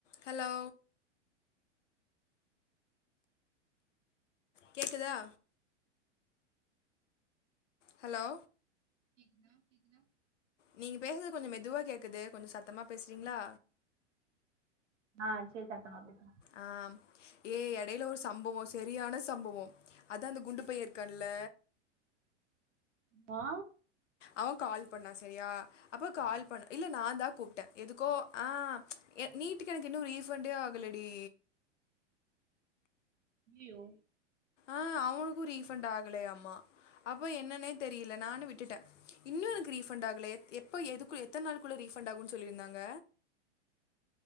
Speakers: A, on the left; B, on the right.
A: ஹலோ கேக்குதா ஹலோ
B: கேக்குதா கேக்குதா
A: நீங்க பேசுறது கொஞ்சம் மெதுவா கேக்குது கொஞ்சம் சத்தமா பேசுறீங்களா
B: ஆஹ் சே சத்தமா பேசுறேன்
A: ஆஹ ஏ எடையில ஒரு சம்பவம் சரியான சம்பவம் அதான் அந்த குண்டு பையன் இருக்கான்ல
B: மா
A: அவன் கால் பண்ணான் சரியா அப்ப கால் பண்ண இல்ல நான் தான் கூப்டேன் எதுக்கோ ஆஹ் நீட்டுக்கு எனக்கு இன்னும் ரீஃபண்டே ஆகலடி
B: யோ
A: ஆஹ அவனுக்கும் ரீபண்ட் ஆகலயாம்மா அப்ப என்னன்னே தெரியல நானு விட்டுட்டேன் இன்னும் எனக்கு ரீஃபண்ட் ஆகல எப்ப எதுக்கு எத்தனை நாளுக்குள் ரீஃபண்ட் ஆகும்னு சொல்லிருந்தாங்க